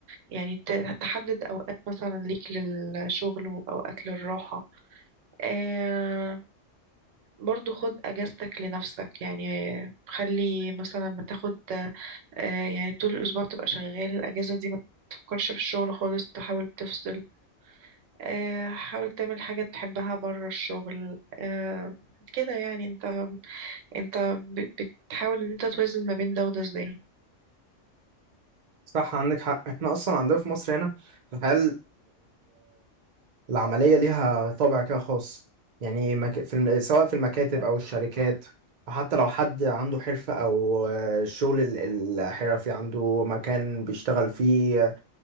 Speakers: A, on the right (about 80°); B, on the right (about 45°).
A: يعني ت- تحدد اوقات مثلا ليك للشغل واوقات للراحه آم، برضو خد اجازتك لنفسك يعني خلي مثلا ما تاخد آه، يعني طول الأسبوع تبقى شغال الأجازة دي ما تفكرش في الشغل خالص تحاول تفصل آه، حاول تعمل حاجة تحبها بره الشغل آه، كده يعني انت انت ب- بتحاول ان انت توازن ما بين ده وده ازاي
B: صح عندك حق <laughs> احنا اصلا عندنا في مصر هنا الحياة العملية ليها طابع كده خاص يعني مك... في الم... سواء في المكاتب أو الشركات وحتى لو حد عنده حرفة أو آه، الشغل ال- الحرفي عنده مكان بيشتغل فيه